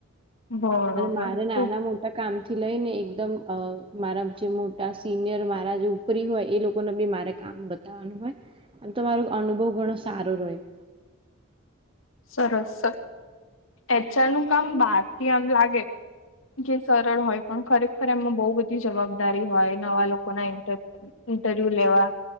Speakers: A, on the left (about 80°); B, on the right (about 25°).
A: બરોબર
B: અને મારે
A: ખુબ
B: નાના મોટા કામ થી લઈ ને એકદમ મારા જે મોટા સિનિયર મારા જે નોકરી હોય એ લોકોને બી મારે કામ બતાવવાનું હોય એમ તમારો અનુભવ ઘણો સારો રહ્યો.
A: સરસ એચઆર નું કામ બારથી આમ લાગે કે સરળ હોય પણ ખરેખર એમમાં બહુ બધી જવાબદારી હોય નવા લોકો ના ઇન્ટર ઇન્ટરવ્યુ લેવા